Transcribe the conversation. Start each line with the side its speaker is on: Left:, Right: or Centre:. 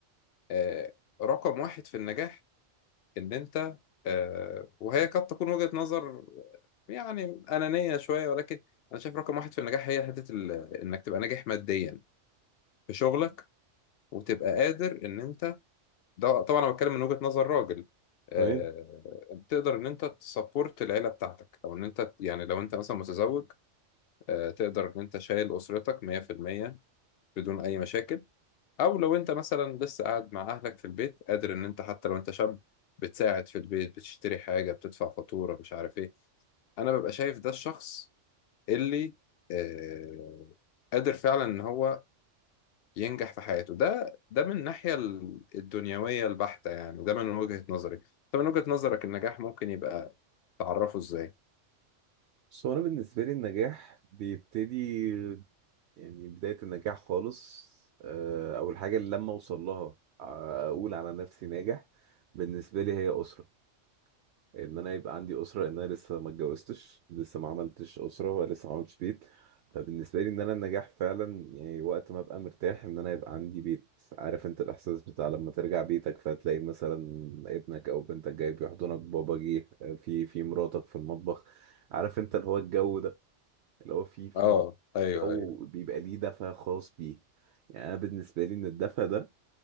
Left: آه رقم واحد في النجاح ان انت آه وهي قد تكون وجهة نظر يعني أنانية شوية ولكن أنا شايف رقم واحد في النجاح هي حتة ال- إنك تبقى ناجح ماديا في شغلك وتبقى قادر إن أنت ده طبعا انا بتكلم من وجهة نظر راجل آه،
Right: تمام
Left: تقدر ان انت تسبورت العيله بتاعتك او ان انت يعني لو انت مثلا متزوج آه، تقدر ان انت شايل اسرتك 100% بدون اي مشاكل او لو انت مثلا لسه قاعد مع اهلك في البيت قادر ان انت حتى لو انت شاب بتساعد في البيت بتشتري حاجه بتدفع فاتوره مش عارف ايه انا ببقى شايف ده الشخص اللي آه، قادر فعلا ان هو ينجح في حياته ده ده من الناحية ال- الدنيوية البحتة يعني ده من وجهة نظري طب من وجهة نظرك النجاح ممكن يبقى تعرفه ازاي
Right: بس هو أنا بالنسبة لي النجاح بيبتدي يعني بداية النجاح خالص آه، أول حاجة اللي لما أوصل لها آه، أقول على نفسي ناجح بالنسبة لي هي أسرة ان انا يبقى عندي اسره ان انا لسه ما اتجوزتش لسه ما عملتش اسره ولسه ما عملتش بيت فبالنسبه لي ان انا النجاح فعلا يعني وقت ما ابقى مرتاح ان انا يبقى عندي بيت عارف انت الاحساس بتاع لما ترجع بيتك فتلاقي مثلا ابنك او بنتك جاي بيحضنك بابا جه في في مراتك في المطبخ عارف انت اللي هو الجو ده اللي هو في في
Left: اه ايوه
Right: جو
Left: ايوه
Right: بيبقى ليه دفى خاص بيه يعني انا بالنسبه لي ان الدفى ده